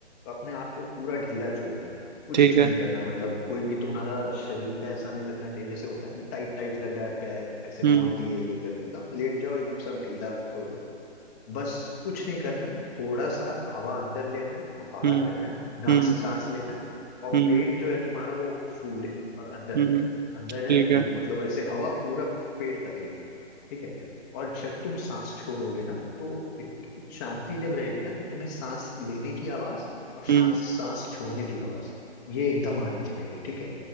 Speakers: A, on the left; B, on the right.
A: अपने आप को पूरा ढीला छोड़ देना कुछ
B: ठीक है
A: नहीं करना मतलब कोई भी तुम्हारा शरीर का ऐसा नहीं लगना चाहिए जैसे होता है ना टाइट टाइट लग रहा है पैर ऐसे
B: हम्म
A: मोड़ दिए ये कर दिए एकदम लेट जाओ एकदम सब ढीला छोड़ दो बस कुछ नहीं करना है थोड़ा सा हवा अंदर लेना है और बाहर
B: हम्म
A: करना है नाक
B: हम्म
A: से सांस लेना है और
B: हम्म
A: पेट जो है तुम्हारा वो फूले और अंदर
B: हम्म
A: जाए अंदर
B: ठीक
A: जाए फूले
B: है
A: मतलब ऐसे हवा पूरा पेट तक लेना है ठीक है और जब तुम सांस छोड़ोगे ना तो एक एक शांति जब रहेगी ना तो तुम्हें सांस लेने की आवाज और सांस
B: हम्म
A: सांस छोड़ने की आवाज ये एकदम आनी चाहिए ठीक है